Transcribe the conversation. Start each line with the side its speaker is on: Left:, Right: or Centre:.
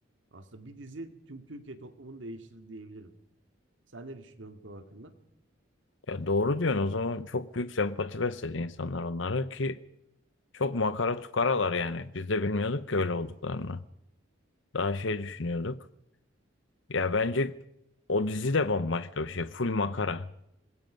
Right: Aslında bir dizi tüm Türkiye toplumunu değiştirdi diyebilirim. Sen ne düşünüyorsun bu hakkında?
Left: ya doğru diyorsun o zaman çok büyük sempati besledi insanlar onlara ki çok makara tukaralar yani. Biz de bilmiyorduk ki öyle olduklarını. Daha şey düşünüyorduk. Ya bence o dizi de bambaşka bir şey. Full makara.